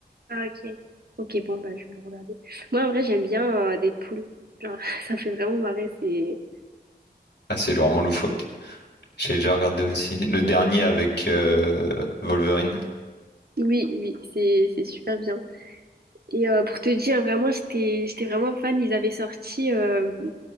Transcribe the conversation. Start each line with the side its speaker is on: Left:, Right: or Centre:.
Right: Ah, ok. Ok, bon, bah, je vais le regarder. Moi, en vrai, j'aime bien euh, Deadpool. Genre, <laughs> ça fait vraiment marrer, c'est...
Left: Ah, c'est vraiment loufoque. J'ai déjà regardé aussi. Le dernier avec euh,
Right: Ouais.
Left: Wolverine.
Right: Oui, oui, c'est c'est super bien. Et euh, pour te dire, vraiment, j'étais j'étais vraiment fan. Ils avaient sorti... euh,